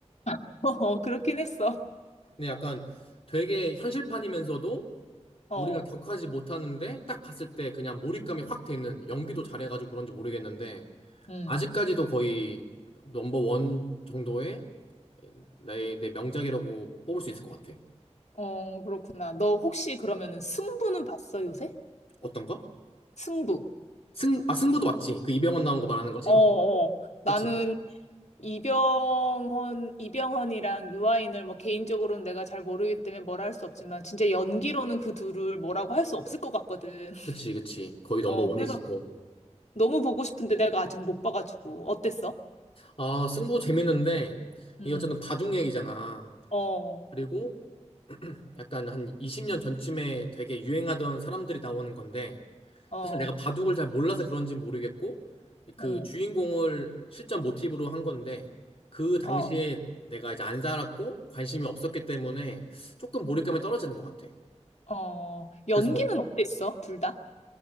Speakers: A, on the left; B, on the left.
A: <laughs> 어, 그렇긴 했어.
B: 근데 약간 되게 현실판이면서도
A: 어,
B: 우리가 격하지 못하는데 딱 봤을 때 그냥 몰입감이 확 되는 연기도 잘해가지고 그런지 모르겠는데
A: 음.
B: 아직까지도 거의 넘버 원 정도의 내, 내 명작이라고 뽑을 수 있을 것 같아.
A: 어, 그렇구나. 너 혹시 그러면은 승부는 봤어, 요새?
B: 어떤 거?
A: 승부.
B: 승, 아, 승부도 맞지? 그 이병헌 나온 거 말하는 거지?
A: 어, 어. 나는
B: 그치,
A: 이병헌, 이병헌이랑 유아인을 뭐 개인적으로는 내가 잘 모르기 때문에 뭐라 할 수 없지만 진짜 연기로는 그 둘을 뭐라고 할 수 없을 것 같거든. <laughs>
B: 그치, 그치. 거의
A: 어,
B: 넘버 원이지
A: 그래서
B: 또.
A: 너무 보고 싶은데 내가 아직 못 봐가지고. 어땠어?
B: 아, 승부 재밌는데,
A: 음.
B: 이게 어쨌든 바둑 얘기잖아.
A: 어,
B: 그리고 약간 한 20년 전쯤에 되게 유행하던 사람들이 나오는 건데,
A: 어,
B: 사실 내가 바둑을 잘 몰라서 그런지 모르겠고, 그
A: 응,
B: 주인공을 실전 모티브로 한 건데, 그 당시에
A: 어,
B: 내가 이제 안 살았고, 관심이 없었기 때문에 조금 몰입감이 떨어지는 것 같아.
A: 어. 연기는
B: 그래서 뭐
A: 어땠어? 둘 다?